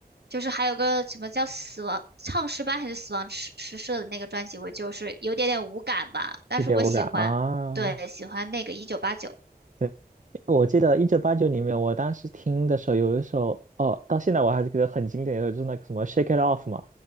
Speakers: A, on the right; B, on the right.
A: 就是还有个什么叫死亡唱诗班还是死亡诗诗社的那个专辑，我就是有点点无感吧，但是我喜欢，
B: 一点无感啊。
A: 对，喜欢那个一九八九。
B: 对。我记得一九八九里面，我当时听的时候，有一首哦，到现在我还是觉得很经典，有就是那个什么《Shake It Off》嘛，